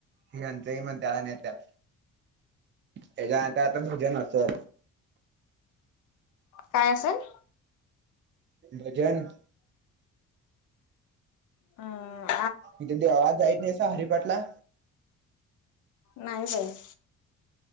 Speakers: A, on the right; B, on the left.
A: हे हेंचही मणत्यात आणि नेतात त्याच्या आता आता भजन असल.
B: काय असेल?
A: भजन
B: हा
A: इथे देवळात जात नाहीसा हरिपाटला?
B: नाही जाईत.